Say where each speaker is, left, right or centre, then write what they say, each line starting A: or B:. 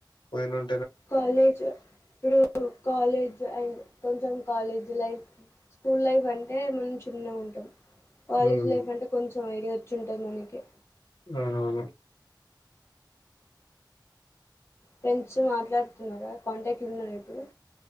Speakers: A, on the left; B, on the left.
A: పోయినుం
B: కాలేజ్ ప్పుడు కాలేజ్ అండ్ కొంచెం కాలేజ్ లైఫ్ స్కూల్ లైఫ్ అంటే మనం చిన్నగ ఉంటాం కాలేజీ
A: హ్మ్.
B: లైఫ్ అంటే కొంచె సగం ఐడియా వచ్చి ఉంటది మనకి
A: ఆ అవును
B: ఫ్రెండ్స్ మాట్లాడుతున్నారా కాంటాక్ట్ ల వున్నారా ఇప్పుడు